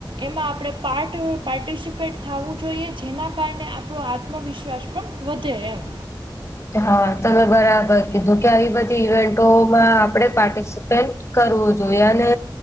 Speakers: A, on the right; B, on the left.
A: એમાં આપણે પાર્ટ પાર્ટિસિપેટ થાવું જોઈએ જેના કારણે આપણો આત્મવિશ્વાસ પણ વધે એમ
B: હા તમે બરાબર કીધું કે આવી બધી ઇવેન્ટોમાં આપણે પાર્ટિ સીપેટ કરવું જોઈએ અને